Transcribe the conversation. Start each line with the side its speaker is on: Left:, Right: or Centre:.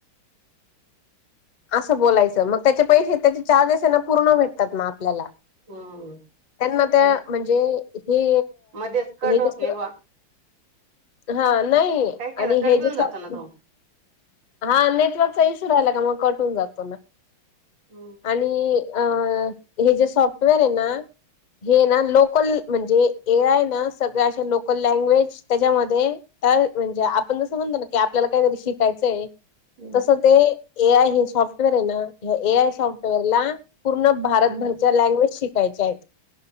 Left: असं बोलायचं मग त्याचे पैसे त्याचे चार्जेस आहे ना पूर्ण भेटतात म आपल्याला.
Right: हम्म
Left: त्यांना त्या
Right: हम्म.
Left: म्हणजे हे
Right: मध्येच कट
Left: हे
Right: होत
Left: दिसल
Right: नाही बुवा
Left: हा नाई
Right: काय केला
Left: आणि
Right: कट
Left: हे
Right: बी
Left: जे
Right: होऊन
Left: सॉफ्टवेअर
Right: जातो ना तो.
Left: हा नेटवर्कचा इश्यू राहिला का मग कट होऊन जातो ना.
Right: हम्म!
Left: आणि हे जे सॉफ्टवेअर आहे ना हे ना लोकल म्हणजे एआय ना सगळ्या अशा लोकल लँग्वेज त्याच्यामध्ये तर म्हणजे आपण जसं म्हणतो ना की आपल्याला काहीतरी शिकायचंय.
Right: हम्म
Left: तसं ते ए आय हे सॉफ्टवेअर हाय ना ए आय सॉफ्टवेअर ला पूर्ण भारतभरच्या
Right: हम्म
Left: लँग्वेज शिक वायच्या आहेत